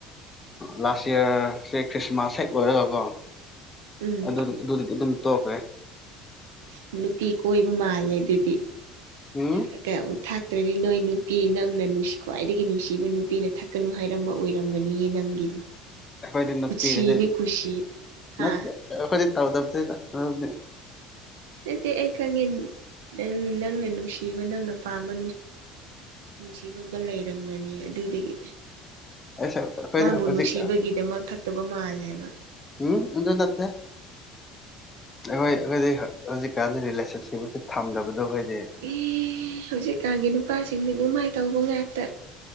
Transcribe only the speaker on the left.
ꯂꯥꯁ ꯏꯌꯥꯔꯁꯦ ꯈ꯭ꯔꯤꯁꯃꯥꯁ ꯍꯦꯛ ꯂꯣꯏꯔꯒꯀꯣ
ꯑꯗꯨꯗꯤ <unintelligible> ꯑꯗꯨꯝ ꯇꯣꯛꯈ꯭ꯔꯦ
ꯎꯝ
ꯑꯩꯈꯣꯏꯗꯤ ꯅꯨꯄꯤꯒꯁꯦ
ꯅꯠꯇꯦ ꯑꯩꯈꯣꯏꯗꯤ ꯇꯥꯎꯕꯗꯦꯗ ꯃꯔꯝꯗꯤ
ꯑꯩꯁ ꯑꯩꯈꯣꯏꯗꯤ
ꯍꯧꯖꯤꯛ
ꯎꯝ ꯑꯗꯨ ꯅꯠꯇꯦ ꯑꯩꯈꯣꯏ ꯑꯩꯈꯣꯏꯗꯤ ꯍꯧꯖꯤꯛꯀꯥꯟꯗꯤ ꯔꯤꯂꯦꯁꯟꯁꯤꯞꯁ ꯊꯝꯗꯕꯗꯣ ꯑꯩꯈꯣꯏꯗꯤ